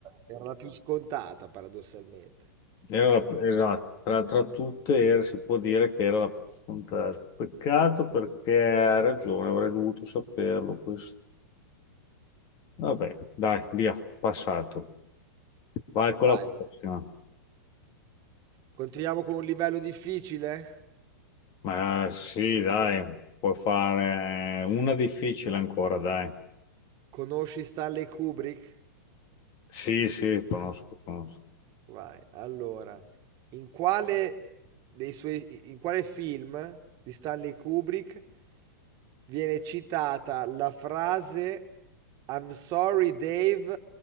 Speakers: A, on the right (about 35°); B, on the left (about 40°).
A: era la più scontata, paradossalmente.
B: Era la- esatto, tra, tra tutte era- si può dire che era la più scontata. Peccato perché ha ragione, avrei dovuto saperlo questo. Vabbè, dai, via, passato. Vai con la
A: Vai,
B: prossima.
A: vai. continuiamo con un livello difficile.
B: Ma sì, dai, puoi fare una difficile ancora, dai.
A: Conosci Stanley Kubrick?
B: Sì, sì, conosco, conosco.
A: Vai, allora, in quale, dei suoi, in quale film di Stanley Kubrick viene citata la frase I'm sorry, Dave,